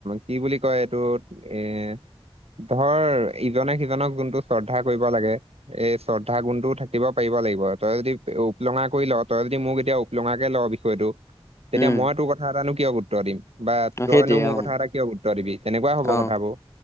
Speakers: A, on the right; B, on the left.
A: কি বুলি কয় এইটো এ ধৰ, ইজনে সিজনক যোনটো শ্ৰদ্ধা কৰিব লাগে এই শ্ৰদ্ধা গুণটোও থাকিব পাৰিব লাগিব! তই যদি উপলঙা কৰি ল, তই যদি মোক এতিয়া উপলুঙাকে ল বিষয়টো তেতিয়া
B: উম
A: মই তোৰ কথা এটানো কিয় গুৰুত্ব দিম! বা
B: অ
A: তই
B: সেইটোৱে
A: নো মোৰ
B: অ
A: কথা এটা কিয় গুৰুত্ব দিবি! কেনেকুৱা হ'ব
B: অ
A: কথাবোৰ